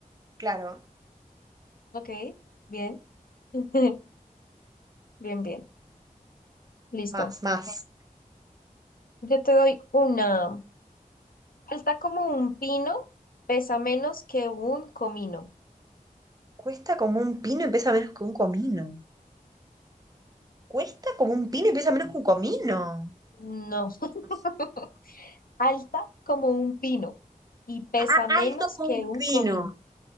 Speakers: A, on the right; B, on the left.
A: Claro.
B: Ok. Bien. <laughs> Bien, bien. Listo.
A: Más, más.
B: Yo te doy una. Alta como un pino, pesa menos que un comino.
A: Cuesta como un pino y pesa menos que un comino. Cuesta como un pino y pesa menos que un comino.
B: No. <laughs>
A: No sé.
B: Alta como un pino y pesa
A: Ah,
B: menos
A: alto como
B: que
A: un
B: un
A: pino.
B: comino.